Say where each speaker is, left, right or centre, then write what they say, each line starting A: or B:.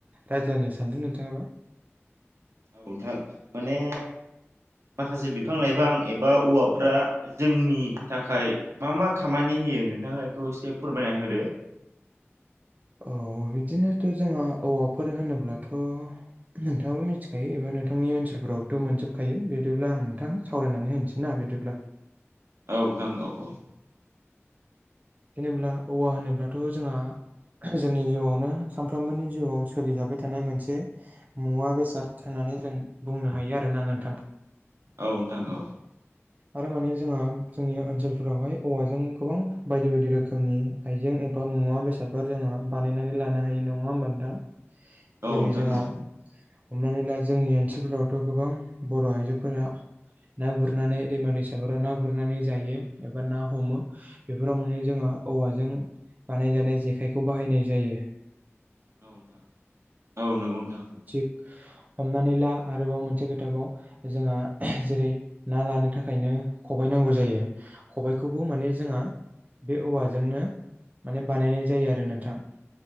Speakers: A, on the right; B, on the right.
A: रायज्लायनो सानदों थाङाबो
B: औ नोंथां माने माखासे बिफां लाइफां एबा औवाफोरा जोंनि थाखाय मा मा खामानि यो नोंथाङा बेखौ एसे फोरमायना होदो।
A: औ बिदिनोथ' जोंहा औवाफोर होनोब्लाथ' नोंथाङाबो मिथिखायो एबा नोंथांनि ओनसलफोरावबोथ' मोनजोबखायो बिदिब्ला आं नोंथां सावरायनानै होनोसै ना बिदिब्ला।
B: औ नोंथां औ औ।
A: जेनेबा औवा होनोब्लाथ' जोंहा जोंनि जिउआवनो सानफ्रामबोनि जिउआव सोलिजाबाय थानाय मोनसे मुवा बेसाद होननानै जों बुंनो हायो आरोना नोंथां।
B: औ नोंथां औ।
A: आरो माने जोंहा जोंनि ओनसोलफोरावहाय औवाजों गोबां बायदि बायदि रोखोमनि आइजें एबा मुवा बेसादफोर जोङो बानायनानै लानो हायो नङा होमबा नोंथां?
B: औ
A: जेरै
B: नोंथां
A: जोंहा
B: औ।
A: हमनानै ला जोंनि ओनसोलफोरावथ' गोबां बर' आइजोफोरा ना गुरनानै दैमा दैसाफोराव ना गुरनानै जायो एबा ना हमो बेफोराव मोने जोंहा औवाजों बानायजानाय जेखायखौ बाहायनाय जायो‌।
B: औ नोंथां औ नंगौ नोंथां।
A: थिग हमनानै ला आरोबाव मोनसे खोथाबाव जोंहा जेरै ना लानो थाखायनो खबाय ना नांगौ जायो खबाइखौबो माने जोंहा बे औवाजोंनो माने बानायनाय जायो आरो नोंथां।